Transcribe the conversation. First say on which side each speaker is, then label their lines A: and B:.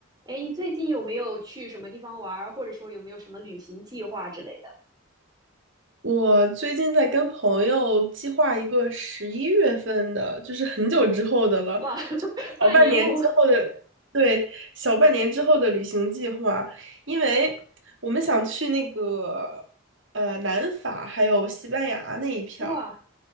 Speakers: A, on the right; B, on the right.
A: 哎，你最近有没有去什么地方玩儿，或者说有没有什么旅行计划之类的？
B: 我最近在跟朋友计划一个十一月份的，就是很久之后的了，
A: 哇，<laughs>
B: 就小半年之后的，
A: 半年后，
B: 对，小半年之后的旅行计划，因为我们想去那个呃南法还有西班牙那一片儿。
A: 哇